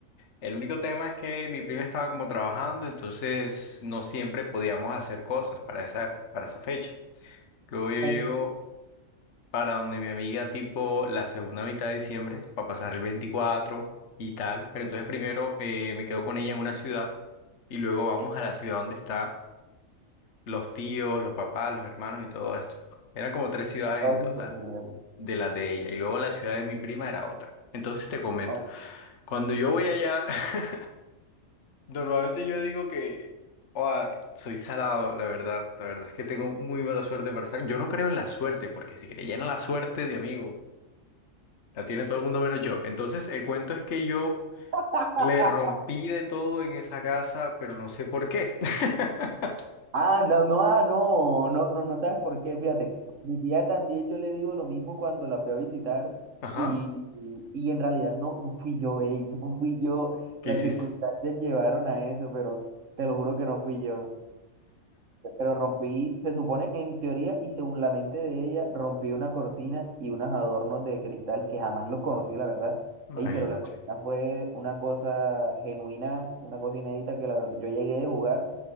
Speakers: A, on the left (about 60°); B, on the right (about 65°).
A: El único tema es que mi prima estaba como trabajando, entonces no siempre podíamos hacer cosas para esa, para esa fecha. Luego yo
B: aquí,
A: llego para donde mi amiga tipo la segunda mitad de diciembre, para pasar el 24 y tal. Pero entonces primero eh, me quedo con ella en una ciudad y luego vamos a la ciudad donde están los tíos, los papás, los hermanos y todo esto. Eran como tres ciudades
B: a toda
A: en total,
B: su familia.
A: de las de ella. Y luego la ciudad de mi prima era otra. Entonces te comento,
B: ok.
A: cuando yo voy allá, <laughs> normalmente yo digo que... "Oa, soy salado, la verdad. La verdad es que tengo muy mala suerte para estar. Yo no creo en la suerte, porque si creyera en la suerte de amigo, La tiene todo el mundo menos yo. Entonces, el cuento es que yo
B: <laughs>
A: le rompí de todo en esa casa, pero no sé por qué. <laughs>
B: Ah, no, no, ah, no, no, no, no sabes por qué, fíjate. Mi tía también yo le digo lo mismo cuando la fui a visitar
A: Ajá.
B: y, y, y en realidad no, no fui yo, ey, <laughs> no fui yo.
A: ¿Qué
B: Las
A: hiciste?
B: circunstancias llevaron a eso, pero te lo juro que no fui yo. Pero rompí, se supone en teoría y según la mente de ella, rompí una cortina y unos adornos de cristal que jamás los conocí, la verdad.
A: Imagínate.
B: Ey, pero la cortina fue una cosa genuina, una cosa inédita que la verdad, yo llegué de jugar,